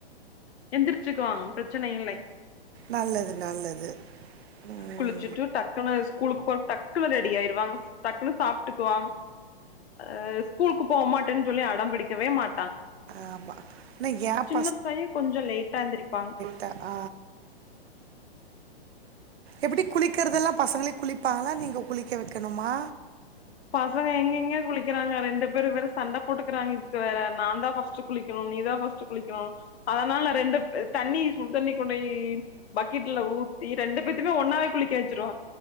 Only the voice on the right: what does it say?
நல்லது நல்லது ம்
ஆமா. ஆனா என்
த ஆ எப்டி குளிக்கறதெல்லா பசங்களே குளிப்பாங்ளா நீங்க குளிக்க வெக்கணுமா